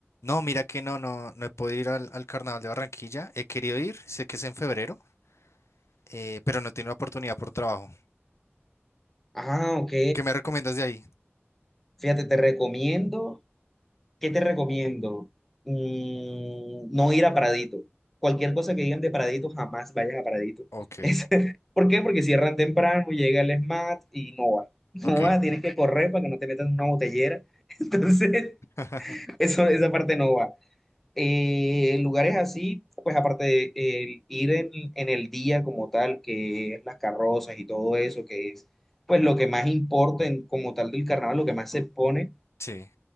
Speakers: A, on the left; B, in the centre.
A: No, mira que no, no, no he podido ir al, al Carnaval de Barranquilla. He querido ir, sé que es en febrero, eh, pero no he tenido oportunidad por trabajo.
B: Ah, ok.
A: ¿Qué me recomiendas de ahí?
B: Fíjate, te recomiendo. ¿Qué te recomiendo? Mm, no ir a Pradito. Cualquier cosa que digan de Pradito, jamás vayas a Pradito. <laughs>
A: Ok,
B: Es- ¿por qué? Porque cierran temprano, llega el SMAT y no va. <laughs>
A: ok.
B: No va, tienes que correr para que no te metan en una botellera. <laughs> Entonces,
A: <laughs>
B: eso, esa parte no va. Eh, lugares así, pues aparte de el ir en, en el día como tal, que es las carrozas y todo eso, que es pues lo que más importa en- como tal del carnaval, lo que más se pone.
A: Sí,